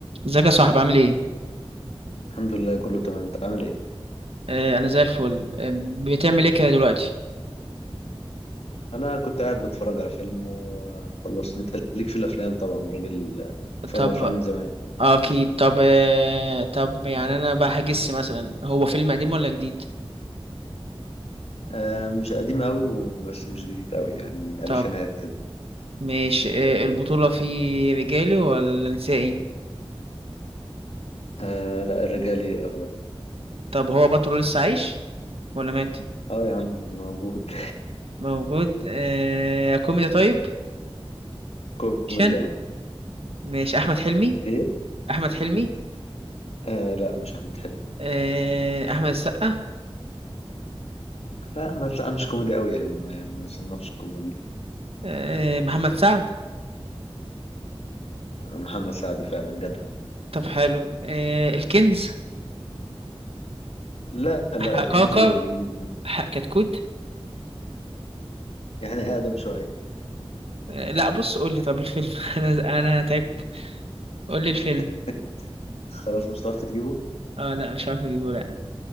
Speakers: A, on the right (about 70°); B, on the left (about 90°).
A: ازيك يا صاحبي عامل ايه؟
B: الحمد لله كله تمام انت عامل ايه
A: آه انا زي الفل آه بتعمل ايه كده دلوقتي؟
B: انا كنت قاعد بتفرج على فيلم وخلصت انت ليك في الافلام طبعا راجل بتفرج
A: طب
B: على افلام من زمان
A: آه اكيد طب آه طب يعني انا بقى هجس مثلا هو فيلم قديم ولا جديد؟
B: آه، مش قديم قوي وبس مش جديد قوي يعني
A: طب
B: الفينات كده
A: ماشي آه البطولة فيه رجالي ولا نسائي؟
B: آه لا الرجالي اغلب
A: طب هو بطل لسه عايش ولا مات؟
B: اه يا عم موجود
A: موجود آه كوميدي طيب؟
B: <laughs> كوميدي
A: اكشن
B: اه
A: ماشي احمد حلمي
B: ايه
A: احمد حلمي
B: آه لا مش احمد حلمي
A: آه احمد السقا
B: لا احمد لا مش كوميدي قوي يعني ما ما يصنفش كوميدي
A: آه محمد سعد
B: آه، محمد سعد فعلا جدع
A: طب حلو آه الكنز
B: لا لا
A: <laughs> حقاقر
B: الكنز جديد يعني
A: حق كتكوت
B: يعني اقدم شويه
A: آه، لا بص قول لي طب الفيلم <laughs> انا انا تعبت قول لي الفيلم
B: <laughs> خلاص مش هتعرف تجيبه
A: اه لا مش عارف اجيبه لا